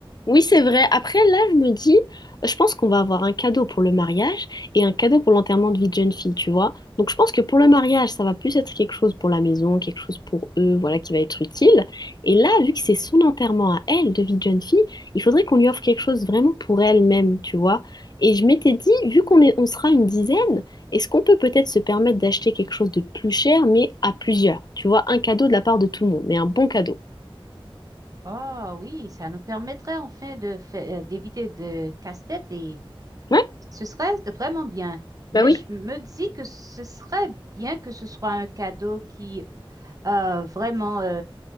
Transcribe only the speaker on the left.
Oui, c'est vrai. Après, là, je me dis, je pense qu'on va avoir un cadeau pour le mariage et un cadeau pour l'enterrement de vie de jeune fille, tu vois. Donc, je pense que pour le mariage, ça va plus être quelque chose pour la maison, quelque chose pour eux, voilà, qui va être utile. Et là, vu que c'est son enterrement à elle de vie de jeune fille, il faudrait qu'on lui offre quelque chose vraiment pour elle-même, tu vois. Et je m'étais dit, vu qu'on est, on sera une dizaine, est-ce qu'on peut peut-être se permettre d'acheter quelque chose de plus cher, mais à plusieurs, tu vois, un cadeau de la part de tout le monde, mais un bon cadeau.
Ouais.
Bah oui,